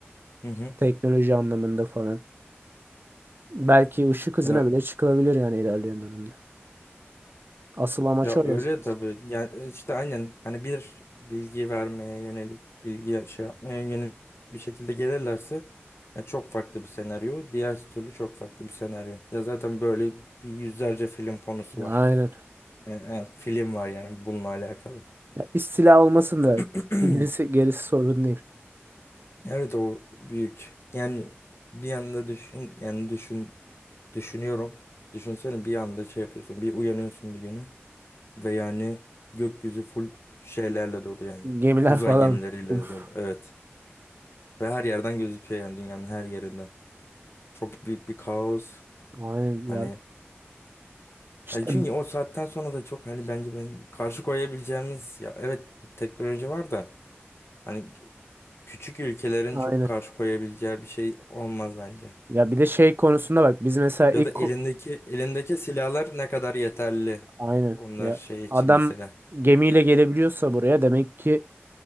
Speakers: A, on the left; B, on the right.
A: Hı hı.
B: Teknoloji anlamında falan. Belki ışık hızına
A: Ya
B: bile çıkılabilir yani ilerleyen dönemde. Asıl amaç
A: Ya
B: o
A: öyle
B: ya sonuçta.
A: tabii. Yani e, işte aynen hani bir bilgi vermeye yönelik bilgi şey yapmaya yönelik bir şekilde gelirlerse ya çok farklı bir senaryo. Diğer türlü çok farklı bir senaryo. Ya zaten böyle bir yüzlerce film konusu
B: Ya
A: var.
B: Aynen.
A: E, e, film var yani bununla alakalı.
B: Ya istila olmasın da
A: <clears throat>
B: gerisi, gerisi sorun değil.
A: Evet o büyük. Yani bir yanda düşün yani düşün düşünüyorum. Düşünsene bir anda şey yapıyorsun. Bir uyanıyorsun bir güne. Ve yani gökyüzü full şeylerle dolu yani.
B: Gemiler
A: Uzay
B: falan.
A: gemileriyle
B: Uf.
A: de dolu. Evet. Ve her yerden gözüküyor yani dünyanın her yerinden. Çok büyük bir kaos.
B: Aynen
A: Hani
B: ya. İşte
A: yani çünkü o saatten sonra da çok hani bence ben karşı koyabileceğimiz ya evet bir teknoloji var da hani küçük ülkelerin
B: aynen.
A: çok karşı koyabileceği bir şey olmaz bence.
B: Ya bir de şey konusunda bak biz mesela ilk
A: Ya da elindeki
B: ko-
A: elindeki silahlar ne kadar yeterli
B: aynen
A: onlar
B: ya
A: şey için
B: adam
A: mesela.
B: gemiyle gelebiliyorsa buraya demek ki